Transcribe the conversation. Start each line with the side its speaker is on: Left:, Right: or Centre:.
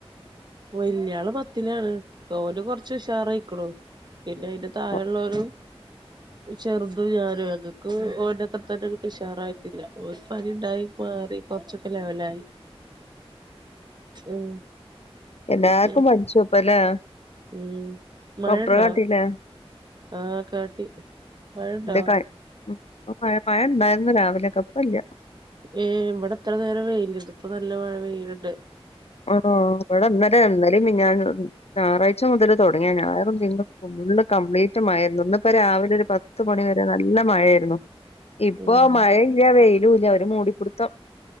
Right: വലിയാള് പത്തിലാണ് ഓന് കൊറച്ച് ഉഷാറായിക്കണു. പിന്നെ അതിന്റെ താഴുള്ള
Left: ഓ
Right: ഒരു ചെറുതും ഞാനും ഞങ്ങൾക്ക് ഓൻ്റെ അത്ര തന്നെ ഇങ്ങിട്ട് ഉഷാറായിട്ടില്ല ഒരു പനി ഉണ്ടായി മാറി. കുറച്ചൊക്കെ ലെവലായി.
Left: <inaudible>
Right: ഉം.
Left: എല്ലാർക്കും
Right: പിന്നെ
Left: പനിച്ചു ഇപ്പല്ലേ
Right: ഉം മഴണ്ടോ
Left: ഡോക്ടറെ കാട്ടീലേ?
Right: ആഹ് കാട്ടി മഴണ്ടോ?
Left: ഇന്റെ ക ഉം മഴ മഴ ഉണ്ടായിരുന്നു രാവിലെക്കെ ഇപ്പ ഇല്ല.
Right: ഏ ഇവിടെ ഇത്ര നേരം വെയിൽ ഇതിപ്പോ നല്ല മഴ പെയ്യുന്നുണ്ട്.
Left: ഹൊ ഹൊ ഇവിടെ ഇന്നലെ ഇന്നലെം മിനിയാന്നും ഞായറാഴ്ച മുതൽ തുടങ്ങിയാ ഞായറും തിങ്കളും ഫുള്ള് കംപ്ലീറ്റ് മഴയായിരുന്നു ഇന്ന് ഇപ്പ രാവിലെ ഒരു പ പത്ത് മണിവരെ നല്ല മഴായിരുന്നു ഇപ്പൊ
Right: ഉം
Left: മഴയില്ല വെയിലൂല്ല ഒരു മൂടിപ്പിടുത്തം.